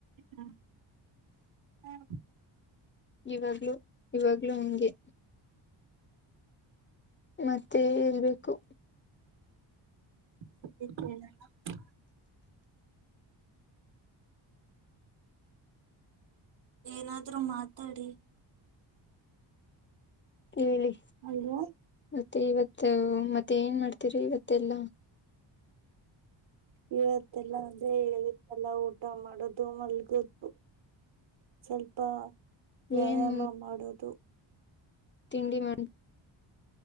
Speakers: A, on the right; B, on the left.
A: ಹ್ಮ ಹ
B: ಇವಾಗ್ಲೊ ಇವಾಗ್ಲೊ ಹಂಗೆ ಮತ್ತೆ ಹೇಳ್ಬೇಕು
A: <inaudible> ಏನಾದ್ರೂ ಮಾತಾಡಿ
B: ಹೇಳಿ
A: ಅಲ್ವಾ
B: ಮತ್ತೆ ಇವತ್ತು ಮತ್ತೆ ಏನ್ ಮಾಡ್ತೀರಿ ಇವತ್ತೆಲ್ಲ
A: ಇವತ್ತೆಲ್ಲ ಅಂದ್ರೆ ಹೇ ಇರುತ್ತಲ್ಲ ಊಟ ಮಾಡೋದು ಮಲ್ಗೋದು ಸ್ವಲ್ಪ ವ್ಯಾಯಾಮ
B: ಏನ್
A: ಮಾಡೋದು
B: ತಿಂಡಿ ಮಾಡ